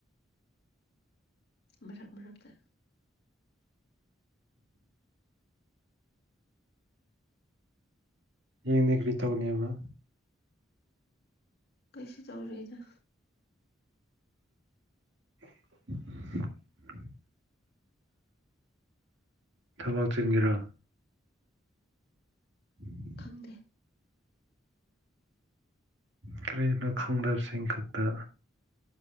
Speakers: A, on the left; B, on the right.
A: ꯃꯔꯛ ꯃꯔꯛꯇ
B: ꯍꯌꯦꯡꯗꯤ ꯀ꯭ꯔꯤ ꯇꯧꯅꯦꯕ
A: ꯀꯩꯁꯨ ꯇꯧꯔꯣꯏꯗ
B: <unintelligible> ꯊꯕꯛ ꯆꯤꯟꯒ‌ꯦꯔꯣ ꯎꯝ
A: ꯈꯪꯗꯦ
B: ꯀꯔꯤꯒꯤꯅꯣ ꯈꯪꯗꯕꯁꯤꯡ ꯈꯛꯇ